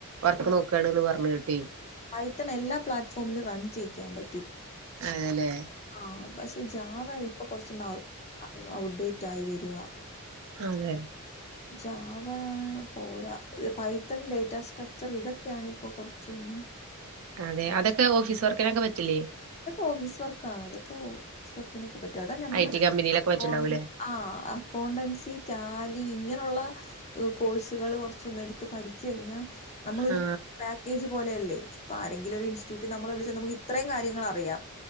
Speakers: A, on the right; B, on the left.
A: വർക്ക് നോക്കാണ്ന്ന് പറഞ്ഞ് കിട്ടി
B: പൈത്തൺഎല്ലാ പ്ലാറ്റ്ഫോമിലും റൺ ചെയ്യും- പിക്കൻ പറ്റ്
A: അതെല്ലേ
B: ആഹ്പക്ഷെ ജാവ ഇപ്പൊ കൊറച്ചൊന്ന് ഔപ്ഡേറ്റ് ആയി വരുവാ
A: അതെ
B: ജാവ പോരാ പൈത്തൺ ഡേറ്റാസ്ട്രക്ചർ ഇതൊക്കെയാണ് ഇപ്പോ കൊറച്ചൊന്ന്-
A: അതെ അതൊക്കെ ഓഫീസ് വർക്കിനൊക്കെ പറ്റില്ലേ
B: ഓ വിസ്വർ കാണതൊക്കെ- ഓഫീസ് വർക്കിനൊക്കെ പറ്റു അതാ ഞാൻ പറഞ്ഞ
A: ഐ ടി കമ്പനിയിലൊക്കെ
B: അൗ
A: പറ്റുണ്ടാവൂല്ലേ
B: ആ അക്കൗണ്ടൻസി റ്റാലി ഇങ്ങനെയുള്ള കോഴ്സുകൾ കുറ ച്ച്ഒന്ന്എടുത്ത് പഠിച്ച കഴിഞ്ഞാൽ നമ്മളൊരു
A: ആ
B: പാക്കേജ് പോലെയല്ലേ ഇപ്പ ആരെങ്കിലും ഒരു ഇൻറ്റ്യൂട്ടി നമ്മെ വിളിച്ചനമക്കീ ഇത്രയും കാര്യങ്ങളറിയാം-